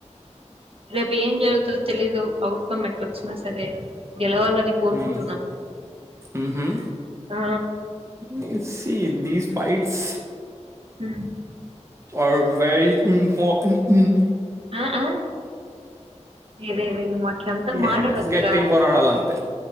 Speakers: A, on the right; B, on the right.
A: రేపు ఏం జరుగుతదో తెలీదు అవుట్కమ్ ఏట్లోచ్చినా సరే గెలవాలని కోరుకుంటున్నాం
B: ఉమ్ ఊహుం
A: ఆ
B: let see these fights
A: um
B: are very um oh um um
A: ah ah యె రే రే నువ్వు అట్లా అంత మాట్లాడుకురా
B: ఏం లే, గట్టిగా పోరాడాలి అంతే